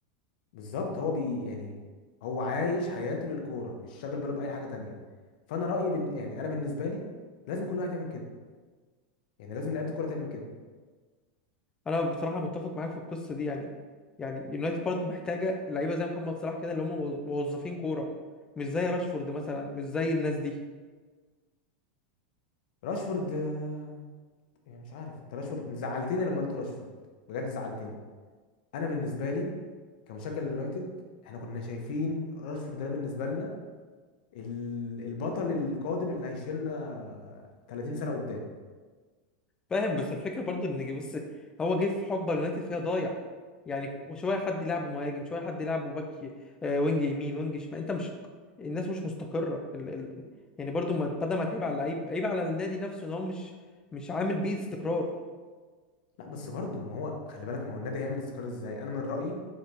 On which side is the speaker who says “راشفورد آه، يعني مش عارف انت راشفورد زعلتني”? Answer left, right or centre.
Left